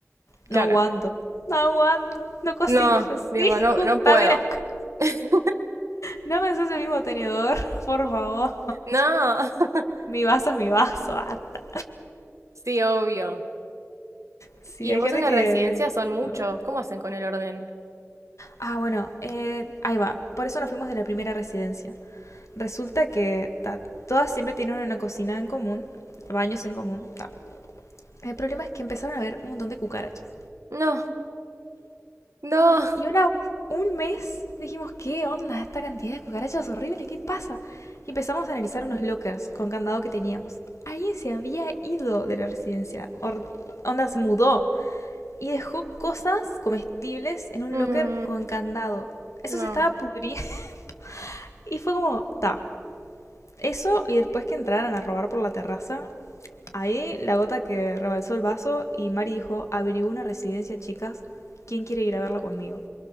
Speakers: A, on the left; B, on the right.
A: No
B: claro.
A: aguanto, no aguanto, no cocines
B: No,
A: así,
B: digo,
A: <laughs>
B: no,
A: juntame
B: no puedo.
A: las cosas.
B: <laughs>
A: No me haces el mismo tenedor, <laughs> por favor.
B: No, <laughs>
A: Mi vaso es mi vaso, hasta.
B: sí, obvio.
A: Sí,
B: Y
A: hay
B: vos
A: gente
B: en la
A: que...
B: residencia son muchos,
A: no.
B: ¿cómo hacen con el orden?
A: Ah, bueno, eh, ahí va. Por eso nos fuimos de la primera residencia. Resulta que ta, todas siempre tienen una cocina en común, baños en común, ta, El problema es que empezaron a haber un montón de cucarachas.
B: No, no.
A: Y una, un mes dijimos, ¿qué onda? Esta cantidad de cucarachas horrible, ¿qué pasa? Y empezamos a analizar unos lockers con candado que teníamos. Alguien se había ido de la residencia. or- onda, se mudó. Y dejó cosas comestibles en un
B: Mm,
A: locker con candado. Eso
B: no.
A: se estaba pudriendo. <laughs> Y fue como, ta. Eso y después que entraran a robar por la terraza. Ahí la gota que rebalsó el vaso y Mari dijo, averiguó una residencia, chicas. ¿Quién quiere ir a verla conmigo?